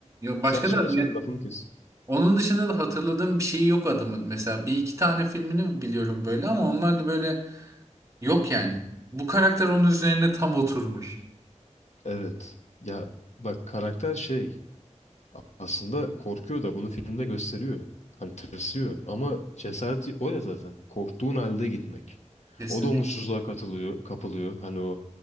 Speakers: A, on the right; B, on the left.
A: başka
B: Sen söyle
A: da yani
B: söyle lafını kes.
A: onun dışında da hatırladığım bir şey yok adamın. Mesela bir iki tane filmini biliyorum böyle ama onlar da böyle yok yani. Bu karakter onun üzerine tam oturmuş.
B: Evet. Ya bak karakter şey... Aslında korkuyor da bunu filmde gösteriyor. Hani tırsıyor ama cesareti o ya zaten. Korktuğun halde gitmek.
A: Kesinlikle.
B: O da umutsuzluğa katılıyor, kapılıyor. Hani o